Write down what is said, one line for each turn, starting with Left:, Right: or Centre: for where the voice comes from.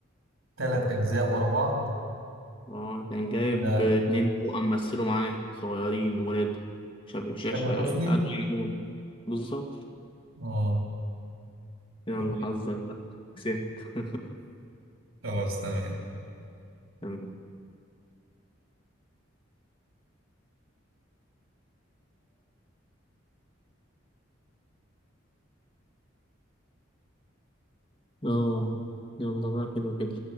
Right: ثلاث أجزاء ورا بعض
Left: اه كان جايب
Right: ده
Left: اتنين توأم مثلوا معاه صغيرين ولاد شاب شا
Right: تامر
Left: شا قالوا
Right: حسني
Left: يعني هو- بالظبط
Right: اه
Left: يلا
Right: <laughs>
Left: حظك بقى كسبت <laughs>
Right: خلاص تمام
Left: تمام اه يلا بقى حلو كده